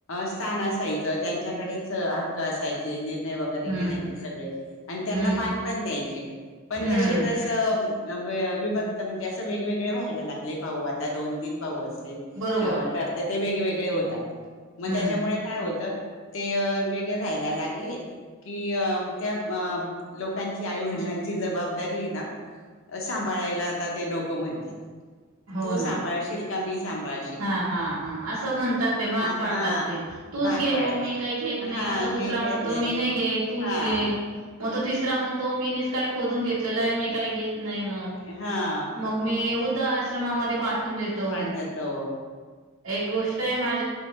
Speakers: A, on the left; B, on the right.
A: स्थान असायचं त्यांच्याकडेच हक्क असायचे. निर्णय वगैरे
B: हम्म
A: घेण्यायचे सगळे, आणि त्यांना
B: हम्म
A: मान पण द्यायचे पण!
B: हम्म
A: जसे जसं. विभक्त म्हणजे असं वेगवेगळे व्हायला लागले. भाऊ आता दोन, तीन भाऊ असले.
B: बरोबर
A: तर तर तर ते वेगवेगळे होतात. मग
B: हम्म
A: त्याच्यामुळे काय होतं? ते वेगळे राहायला लागले. कि अ त्या अ लोकांची आईवडिलांची जबाबदारी ना? सांभाळायला आता ते नको म्हणतात.
B: हो
A: तू सांभाळशील
B: ना
A: का, मी सांभाळ.
B: हा. हा. हा असं म्हणतात. ते भाग पाडतात
A: हा
B: ते तूच
A: भाग
B: घे
A: पाडता
B: बो मी काही घेत नाही.
A: हा
B: मग त
A: मी
B: दुसरा
A: घेत
B: म्हणतो मी नाही घेत तूच
A: हा
B: घे मग तो तिसरा म्हणतो मी काय खोून घेत. म्हटलेलं मी काही घेत नाही. म
A: हा
B: मग मी उद आश्रमा मध्ये पाठवून देतो
A: पांडत ओ.
B: एक गोष्ट हे माझ